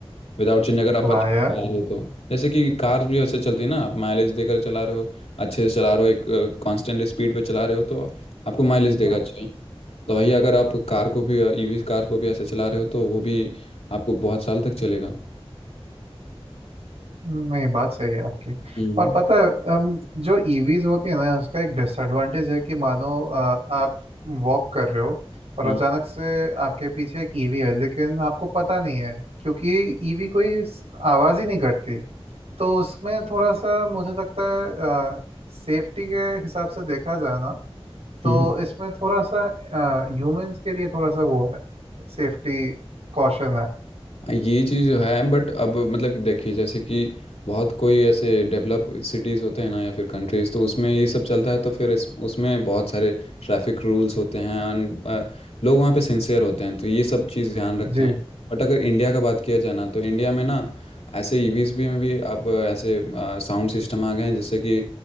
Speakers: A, on the left; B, on the right.
A: विदाउट चेंज अगर आप
B: वाह
A: अच्छे
B: यार
A: से चला रहे हो तो जैसे कि कार भी वैसे चलती है ना आप माइलेज देकर चला रहे हो अच्छे से चला रहे हो एक कांस्टेंट स्पीड पे चला रहे हो तो आपको माइलेज देगा
B: हम्म,
A: अच्छा तो वही अगर आप कार को भी ईवी कार को भी ऐसे चला रहे हो तो वो भी आपको बहुत साल तक चलेगा
B: नहीं बात सही है आपकी
A: हम्म
B: और पता है अम, जो ईवीज होती है ना उसका एक डिसएडवांटेज है कि मानो अ, आप वॉक कर रहे हो और
A: हम्म
B: अचानक से आपके पीछे एक ईवी है लेकिन आपको पता नहीं है क्योंकि ईवी कोई स- आवाज ही नहीं करती तो उसमें थोड़ा सा मुझे लगता है सेफ्टी के हिसाब से देखा जाए ना तो
A: हम्म।
B: इसमें थोड़ा सा ह्यूमंस के लिए थोड़ा सा वो है सेफ्टी कॉशन है
A: हाँ, ये चीज़ है बट अब मतलब कि देखिए जैसे कि बहुत कोई ऐसे डेवलप सिटीज़ होते हैं ना या फिर कंट्रीज़ तो उसमें ये सब चलता है तो फिर इस उसमें बहुत सारे ट्रैफिक रूल्स होते हैं and, अ, लोग वहाँ पे सिंसियर होते हैं तो ये सब चीज़ ध्यान रखते
B: जी
A: हैं बट अगर इंडिया का बात किया जाए ना तो इंडिया में ना ऐसे ईवीज भी में भी अब ऐसे साउंड सिस्टम आ गए हैं जिससे कि